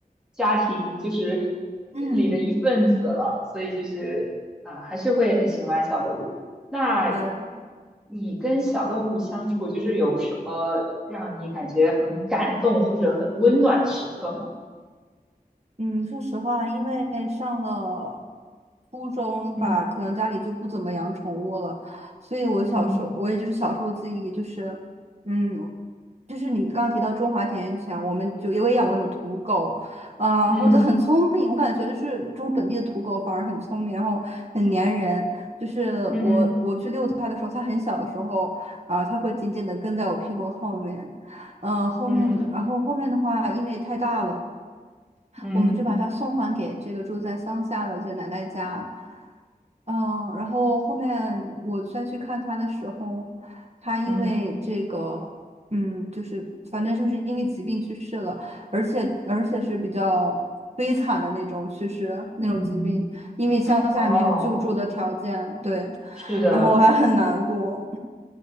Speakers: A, in the centre; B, on the right.
A: 家庭就是
B: 嗯，
A: 里的一份子了，所以就是啊、还是会很喜欢小动物。那
B: 对。
A: 你跟小动物相处，就是有什么让你感觉很感动或者很温暖的时刻吗？
B: 嗯，说实话，因为上了初中吧，
A: 嗯
B: 可能家里就不怎么养宠物了，所以我小时候，
A: 嗯
B: 我也就是小时候自己就是，嗯，就是你刚刚提到中华田园犬，我们就也有养过那种土狗，啊、然后就很聪明，
A: 嗯
B: 我感觉就是中本地的土狗反而很聪明，然后很粘人，就是我我去遛它的时候，
A: 嗯
B: 它很小的时候啊、它会紧紧的跟在我屁股后面，嗯、后面然后后面的话，
A: 嗯
B: 因为太大了。
A: 嗯
B: 我们就把它送还给这个住在乡下的这个奶奶家。嗯，然后后面我再去看他的时候，他因为这个，
A: 嗯
B: 嗯，就是反正就是因为疾病去世了，而且而且是比较悲惨的那种去世，那种疾病，
A: 嗯，嗯
B: 因为乡下没有救助的条件，
A: 哦，
B: 对，
A: 是的，
B: 然后我还很难过。